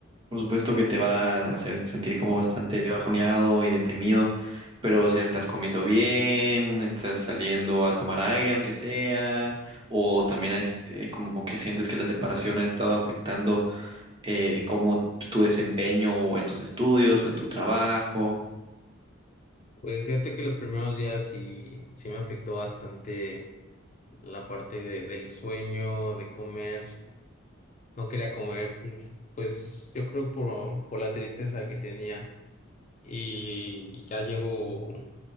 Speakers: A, on the right (about 25°); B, on the left (about 35°).
A: por supuesto que te va a hacer sentir como bastante bajoneado y deprimido, pero o sea, ¿estás comiendo bien? ¿Estás saliendo a tomar aire, aunque sea? ¿O también es, eh, como que sientes que la separación ha estado afectando? eh, cómo tu desempeño o en tus estudios o en tu trabajo.
B: Pues fíjate que los primeros días sí, sí me afectó bastante la parte de- del sueño, de comer. No quería comer, pues, pues yo creo por, por la tristeza que tenía. Y ya llevo